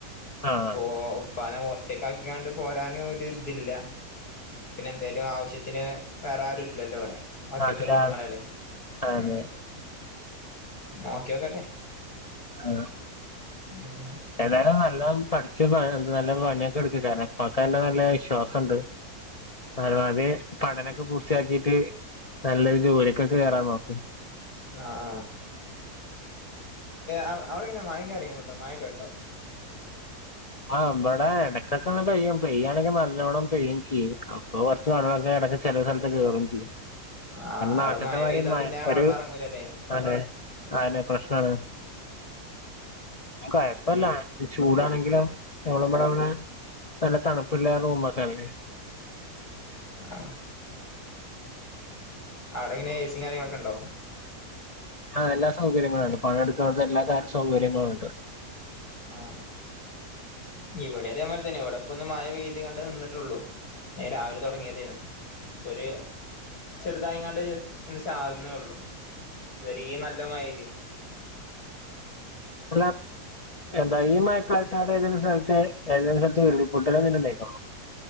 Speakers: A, on the left (about 50°); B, on the left (about 85°).
A: ആഹ്
B: അപ്പൊ ഇപ്പാനെ ഒറ്റക്ക് ആക്കി പോരാനും ഒരു ഇതില്ല. പിന്നെ എന്തേലും ആവശ്യത്തിന് വേറെ ആരുല്ലല്ലോ വിടെ ബാക്കിയൊക്കെ
A: നാട്ടിലെ
B: പെണ്ണുങ്ങളല്ലേ
A: അതെ
B: ഉം നോക്കിയോക്കട്ടെ.
A: ആഹ്
B: ഉം
A: ഏതായാലും നല്ലോ പഠിച്ച് നല്ല പണിയൊക്കെ എടുക്ക് കാരണം പ്പാക്ക് അന്നെ നല്ലോണം വിശ്വാസം ഉണ്ട്. <unintelligible> പഠനമൊക്കെ പൂർത്തിയാക്കിട്ട് നല്ലൊരു ജോലിക്കൊക്കെ കേറാൻ നോക്ക്.
B: ആഹ് ആഹ് അവിടെ എങ്ങനെ മയ കാര്യങ്ങളും ഉണ്ടോ മഴൊക്കെ ഉണ്ടോ?
A: ആഹ് ഇബടെ എടേക്കൊക്കൊന്ന് പെയ്യും പെയ്യാണെങ്കിൽ നല്ലോണം പെയ്യും ചെയ്യും. അപ്പൊ കുറച്ച് വെള്ളമൊക്കെ ഇടക്ക് ചെലെ സ്ഥലത് കേറുകയും ചെയ്യും
B: ആഹ് അവിടെ
A: നാട്ടിത്തെ
B: മഴ
A: മാതിരി
B: പെയ്താ പിന്നെ വെള്ളം
A: ഒരു
B: ഇറങ്ങൂലല്ലേ
A: അതെന്നെ അത് പ്രശ്നം ആണ്. കുഴപ്പമില്ല ചൂട് ആണെങ്കിലും വ്ടെ നല്ല തണുപ്പുള്ള റൂമ് ഒക്കെല്ലേ
B: ആഹ് ആടെ എങ്ങനെ എസി കാര്യങ്ങളൊക്കെ ഉണ്ടോ?
A: ആ എല്ലാ സൗകര്യങ്ങളും ഉണ്ട് പണി എടുക്കനോട്ത് എല്ലാ സൗകര്യങ്ങളും ഉണ്ട്.
B: ആഹ് ഇവിടെ അതേപോലെ തന്നെ ഇവിടെപ്പ ഒന്ന് മഴ പെയ്തികാണ്ട് നിന്നിട്ടുള്ളു. രാവിലെ തുടങ്ങിയയായിരുന്നു. പ്പോ ഒരു ചെറുതായങ്ങാണ്ട് ചാറുന്നെ ഉള്ളു ഇത് വരീം നല്ല മയെയ്തീന്നു.
A: അല്ലാ ന്തായാലും ഈ മയക്കാലത്താരേലൊന്ന് സ്രെമിച്ച എല്ലാ സ്ഥലത്തും ഉരുൾപൊട്ടലെന്തേലുംഇണ്ടായ്ക്ക്ണോ?